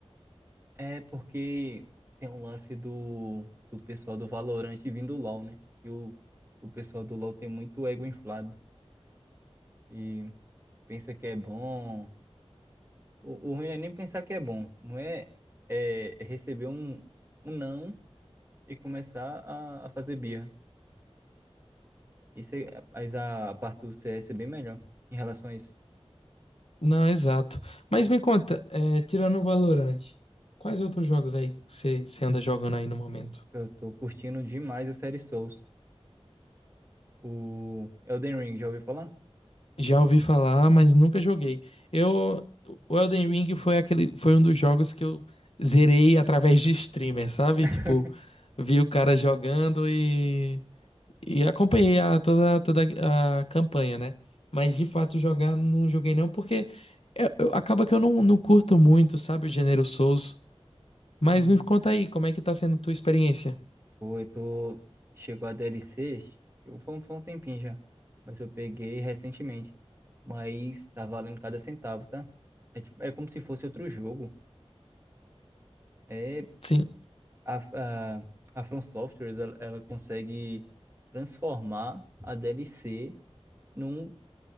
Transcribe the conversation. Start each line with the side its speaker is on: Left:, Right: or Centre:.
Right: É porque tem um lance do, do pessoal do Valorant vindo do LoL, né? E o, o pessoal do LoL tem muito ego inflado e pensa que é bom O, o ruim não é nem pensar que é bom. Não é, é receber um, um não e começar a, a fazer birra. Isso é, mas a parte do CS é bem melhor em relação a isso.
Left: Não, exato. Mas me conta, é, tirando o Valorant, quais outros jogos aí que você você anda jogando aí no momento?
Right: Eu tô curtindo demais a série Souls. O Elden Ring, já ouviu falar?
Left: Já ouvi falar, mas nunca joguei. Eu, o Elden Ring foi aquele, foi um dos jogos que eu zerei através de streamer, sabe?
Right: <laughs>
Left: Tipo, vi o cara jogando e E acompanhei a, toda, toda a campanha, né? Mas de fato jogar não joguei não, porque eu- eu- acaba que eu não, não curto muito, sabe, o gênero Souls. Mas
Right: Uhum.
Left: me conta aí, como é que tá sendo a tua experiência?
Right: Pô, eu tô. Chegou a DLC. Chegou, foi, um, foi um tempinho já. Mas eu peguei recentemente. Mas tá valendo cada centavo, tá? É, tipo, é como se fosse outro jogo. É
Left: Sim.
Right: A, a, a From Software, ela, ela consegue transformar a DLC num,